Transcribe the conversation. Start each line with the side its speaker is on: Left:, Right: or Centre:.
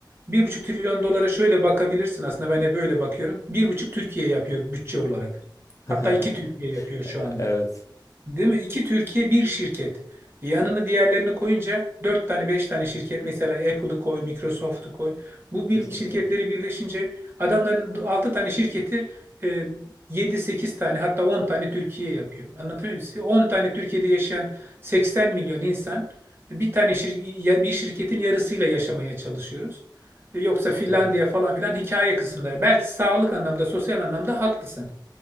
Right: bir buçuk trilyon dolara şöyle bakabilirsin aslında ben hep öyle bakıyorum. bir buçuk Türkiye yapıyor bütçe olarak.
Left: <laughs>
Right: Hatta 2 Türkiye yapıyor şu
Left: Evet,
Right: anda. Değil mi? İki Türkiye bir şirket. Yanına diğerlerini koyunca dört tane beş tane şirket mesela Apple'ı koy, Microsoft'u koy. Bu
Left: kesinlikle.
Right: bir- şirketleri birleşince adamların altı tane şirketi e, yedi, sekiz tane hatta 10 tane Türkiye yapıyor. Anlatabiliyor muyum size? 10 tane Türkiye'de yaşayan 80 milyon insan bir tane şir ya- bir şirketin yarısıyla yaşamaya çalışıyoruz. E, Yoksa Finlandiya
Left: Evet.
Right: falan filan hikaye kısımları. Belki sağlık anlamda, sosyal anlamda haklısın.